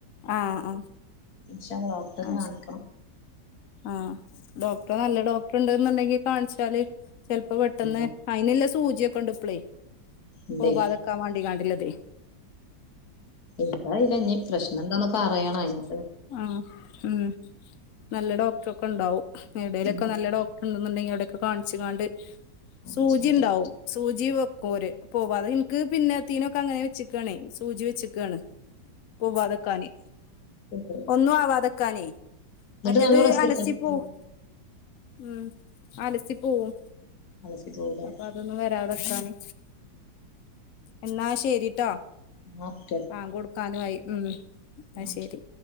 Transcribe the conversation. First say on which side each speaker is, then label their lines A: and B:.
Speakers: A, on the left; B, on the left.
A: ആഹ് ആഹ്
B: ഇൻഷാ അള്ളാ ഡോക്ടറെ
A: ആഹ്
B: കാണിക്കണം.
A: ശ ആഹ് ഡോക്ടർ നല്ല ഡോക്ടർ ഉണ്ട്ന്നുണ്ടെങ്കി കാണിച്ചാല് ചിലപ്പോ പെട്ടെന്ന്.
B: ഉം
A: അയിനില്ല സൂചിയൊക്കെ ഉണ്ട് ഇപ്പളേയ്
B: ഇണ്ടേ
A: പോവാതൊക്കാൻ വാണ്ടിയുള്ളത്.
B: എന്താ അറിയില്ല ഇഞ്ഞ് പ്രശ്നം എന്താന്നൊക്കെ അറയണം അയ്ന്
A: ആഹ് ഉം നല്ല ഡോക്ടർ ഒക്കെ ഉണ്ടാവും എവിടലൊക്കെ
B: ഉം
A: നല്ല ഡോക് ഉണ്ടെന്നുണ്ടെങ്കി അവിടെൊക്കെ കാണിച്ച്ങ്ങാണ്ട്
B: ആവശ്യണ്ട്
A: സൂചി ഉണ്ടാവും സൂചി വെക്കും ഓര് പോവാ അത് ഇനിക്ക് പിന്നെ തീനൊക്കെ അങ്ങനെ വെച്ചിട്ട്. ണ് സൂചി വെച്ചക്കയാണ് പോവതെക്കാന്
B: ആ
A: ഒന്നും ആവാതെ നിക്കാനേയ് മറ്റേത്
B: നല്ലോം റെസ്റ്റ്
A: അലസി
B: എടുക്കണ്ടല്ലേ
A: പോവും ഉം അലസിപോവും
B: അലസി പോവൂലേ
A: അപ്പൊ അത ഒനും വരാതെനിക്കാന് എന്നാ ശരിട്ടെ
B: ആഹ്
A: ബാങ്ക് കൊടുക്കാനും ആയി ഉം ആയ്
B: ഓക്കെ
A: ശരി.